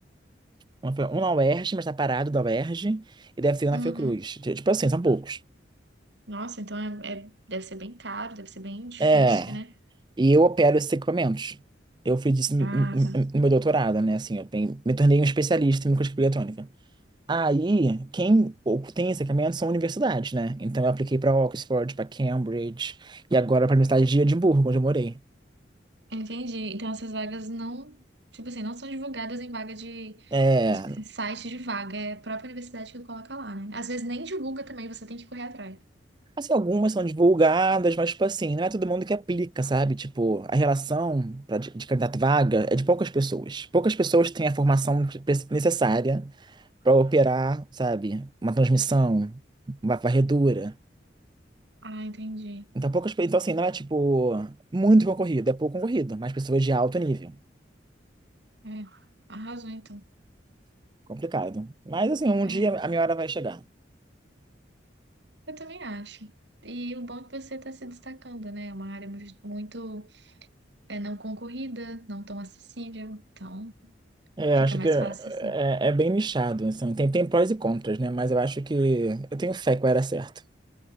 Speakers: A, on the right; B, on the right.
A: uma- um na UERJ, mas tá parado da UERJ, e deve ter um
B: Uhum.
A: na Fiocruz. Tipo assim, são poucos.
B: Nossa, então é, é- deve ser bem caro, deve ser bem difícil,
A: É.
B: né?
A: E eu opero esses equipamentos. Eu fiz isso no
B: Ah,
A: no-
B: tá.
A: no meu doutorado, né? Assim, eu tenho- me tornei um especialista em microscopia eletrônica. Aí, quem tem esse equipamento são universidades, né? Então, eu apliquei para Oxford, para Cambridge e agora para a Universidade de Edimburgo, onde eu morei.
B: Entendi. Então essas vagas não, tipo assim, não são divulgadas em vaga de,
A: É,
B: de- site de vaga, é a própria universidade que coloca lá, né? Às vezes nem divulga também, você tem que correr atrás.
A: assim, algumas são divulgadas, mas, tipo assim, não é todo mundo que aplica, sabe? Tipo, a relação pra, de, de candidato vaga é de poucas pessoas. Poucas pessoas têm a formação de- necessária para operar, sabe? Uma transmissão, uma varredura.
B: Ah, entendi.
A: Então, poucas, então, assim, não é tipo muito concorrido, é pouco concorrido, mas pessoas de alto nível.
B: É, arrasou então.
A: Complicado. Mas, assim, um
B: É,
A: dia a minha hora vai chegar.
B: eu também acho. E o bom é que você está se destacando, né? É uma área mu- muito, é, não concorrida, não tão acessível, então
A: É,
B: fica
A: acho
B: mais
A: que é,
B: fácil assim.
A: é é bem nichado, assim, tem, tem prós e contras, né? Mas eu acho que eu tenho fé que vai dar certo.